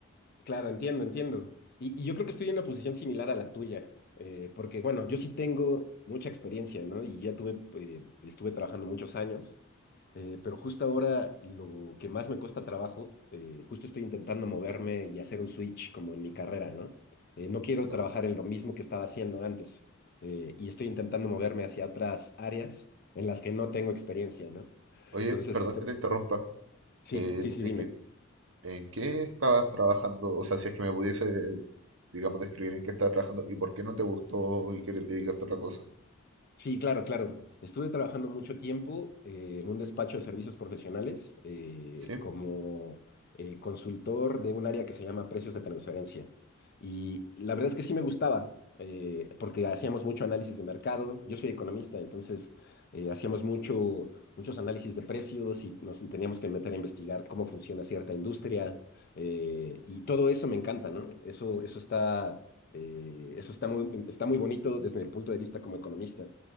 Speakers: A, on the left; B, on the right.
A: Claro, entiendo, entiendo. Y, y yo creo que estoy en una posición similar a la tuya, eh, porque bueno, yo sí tengo mucha experiencia, ¿no? Y ya tuve, eh, estuve trabajando muchos años, eh, pero justo ahora lo que más me cuesta trabajo, eh, justo estoy intentando moverme y hacer un switch como en mi carrera, ¿no? Eh, no quiero
B: claro.
A: trabajar en lo mismo que estaba haciendo antes, eh, y estoy intentando moverme hacia otras áreas en las que no tengo experiencia, ¿no?
B: Oye,
A: Entonces,
B: perdón
A: esto,
B: que te interrumpa.
A: sí,
B: eh,
A: sí, sí,
B: ¿en
A: dime.
B: qué, en qué estabas trabajando? O sea, si es que me pudiese, digamos, describir en qué estabas trabajando y por qué no te gustó y quieres dedicarte a otra cosa.
A: Sí, claro, claro. Estuve trabajando mucho tiempo eh, en un despacho de servicios profesionales eh,
B: Sí,
A: como eh, consultor de un área que se llama precios de transferencia. Y la verdad es que sí me gustaba, eh, porque hacíamos mucho análisis de mercado. Yo soy economista, entonces eh, hacíamos mucho, muchos análisis de precios y nos teníamos que meter a investigar cómo funciona cierta industria. eh, y todo eso me encanta, ¿no? Eso, eso está, eh, eso está muy, está muy bonito desde el punto de vista como economista